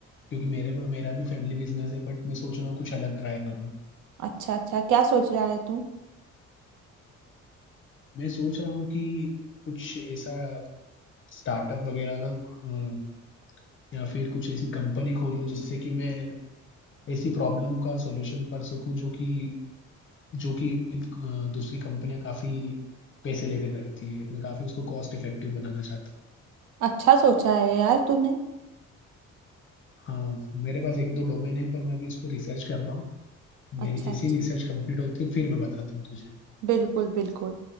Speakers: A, on the left (about 40°); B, on the right (about 80°).
A: क्योंकि मेरे मेरा भी फैमिली बिजनेस है बट मैं सोच रहा हूँ कुछ अलग ट्राई करूँ
B: अच्छा अच्छा क्या सोच रहा है तू
A: मैं सोच रहा हूँ कि कुछ ऐसा स्टार्टअप वगैरह का अ, या फिर कुछ ऐसी कंपनी खोलूँ जिससे कि मैं ऐसी प्रॉब्लम का सॉल्यूशन कर सकूं जो कि जो कि अ, दूसरी कंपनियां काफी पैसे लेके करती है मैं काफी उसको कॉस्ट इफेक्टिव बनाना चाहता
B: अच्छा सोचा है यार तूने
A: हूँ हाँ मेरे पास एक दो डोमेन है पर मैं अभी उस पर रिसर्च कर रहा हूँ मेरी
B: अच्छा
A: जैसी
B: अच्छा
A: रिसर्च कंप्लीट होती है फिर मैं बताता हूँ तुझे
B: बिल्कुल बिल्कुल